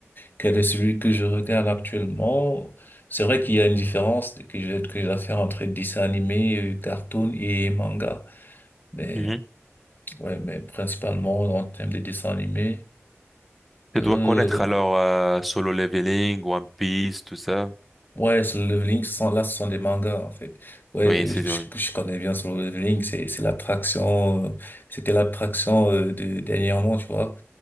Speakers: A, on the left; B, in the centre.
A: quel est celui que je regarde actuellement. C'est vrai qu'il y a une différence que je, que je dois faire entre dessin animé, euh, cartoon et manga. Mais,
B: mhm.
A: ouais, mais principalement en termes de dessin animé,
B: Tu
A: euh,
B: dois connaître alors euh, Solo Leveling, One Piece, tout ça.
A: ouais, Solo Leveling, ce sont- là, ce sont des mangas, en fait. Ouais,
B: Oui,
A: euh,
B: c'est
A: je,
B: vrai.
A: je connais bien Solo Leveling, c'est, c'est l'attraction, euh, c'était l'attraction, euh, de, dernièrement, tu vois.